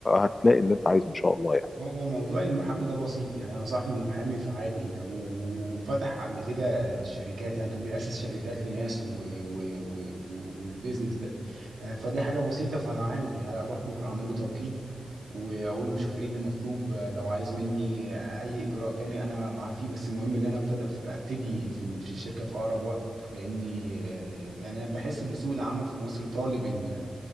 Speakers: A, on the left; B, on the right.
A: هتلاقي اللي انت عايزه ان شاء الله يعني
B: هو موضوع المحامي ده بسيط يعني انا صاحبي محامي فعادي وفتح قبل كده شركات يعني كان بيأسس شركات لناس و... و... و... و... والبيزنس ده آه، فدي حاجة بسيطة فعادي هروح بكرة اعمل له توكيل واقول له شوف ايه اللي مطلوب آه، لو عايز مني اي اجراء تاني انا معاه فيه بس المهم ان انا ابتدي ابتدي في ال- في الشركة في اقرب وقت لاني آه، يعني أنا بحس ان سوق العمل في مصر طالب ال-